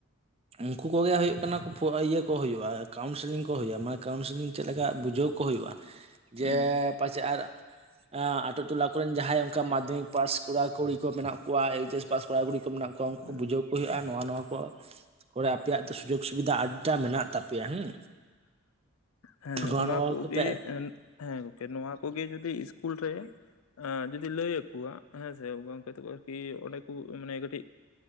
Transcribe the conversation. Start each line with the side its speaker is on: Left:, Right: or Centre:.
Right: ᱩᱱᱠᱩ ᱠᱚᱜᱮ ᱦᱩᱭᱩᱜ ᱠᱟᱱᱟ ᱤᱭᱟᱹ ᱠᱚ ᱦᱩᱭᱩᱜᱼᱟ, ᱠᱟᱣᱩᱱᱥᱮᱞᱤᱝ ᱠᱚ ᱦᱩᱭᱩᱜᱼᱟ, ᱢᱟᱱᱮ ᱠᱟᱣᱩᱱᱥᱮᱞᱤᱝ ᱪᱮᱫ ᱞᱮᱠᱟ ᱵᱩᱡᱷᱟᱹᱣ ᱠᱚ ᱦᱩᱭᱩᱜᱼᱟ᱾ ᱡᱮ
Left: ᱦᱩᱸ
Right: ᱯᱟᱪᱮᱫ ᱟᱨ ᱟᱹᱛᱩᱳ ᱴᱚᱞᱟ ᱠᱚᱨᱮᱱ ᱡᱟᱦᱟᱸᱭ ᱚᱱᱠᱟ ᱢᱟᱫᱽᱫᱷᱚᱢᱤᱠ ᱯᱟᱥ ᱠᱚᱲᱟ, ᱠᱩᱲᱤ ᱠᱚ ᱢᱮᱱᱟᱜ ᱠᱚᱣᱟ, ᱮᱭᱤᱪ ᱮᱥ ᱯᱟᱥ ᱠᱚᱲᱟ ᱠᱩᱲᱤ ᱠᱚ ᱢᱮᱱᱟᱜ ᱠᱚᱣᱟ ᱾ ᱩᱱᱠᱩ
Left: ᱦᱩᱸ
Right: ᱵᱩᱡᱷᱟᱹᱣ ᱠᱚ ᱦᱩᱭᱩᱜᱼᱟ᱾ᱱᱚᱣᱟ ᱱᱚᱣᱟ ᱠᱚ ᱠᱚᱨᱮ ᱟᱯᱮᱭᱟᱜ ᱫᱚ ᱥᱩᱡᱳᱜᱽ ᱥᱩᱵᱤᱫᱷᱟ ᱟᱹᱰᱤ ᱴᱟᱜ ᱢᱮᱱᱟᱜ ᱛᱟᱯᱮᱭᱟ ᱦᱮᱸ᱾
Left: ᱦᱮᱸ,
Right: ᱱᱚᱣᱟ
Left: ᱚᱱᱟ
Right: ᱱᱚᱣᱟ
Left: ᱠᱚᱜᱮ
Right: ᱠᱚᱯᱮ
Left: ᱦᱮᱸ ᱜᱚᱝᱠᱮ ᱱᱚᱣᱟ ᱠᱚᱜᱮ ᱡᱩᱫᱤ ᱤᱥᱠᱩᱞ ᱨᱮ ᱡᱩᱫᱤ ᱞᱟᱹᱭ ᱟᱠᱚᱣᱟ ᱦᱮᱸ ᱥᱮ ᱜᱚᱝᱠᱮ ᱛᱚᱠᱚ ᱟᱨᱠᱤ ᱚᱸᱰᱮ ᱠᱚ ᱢᱟᱱᱮ ᱠᱟᱹᱴᱤᱡ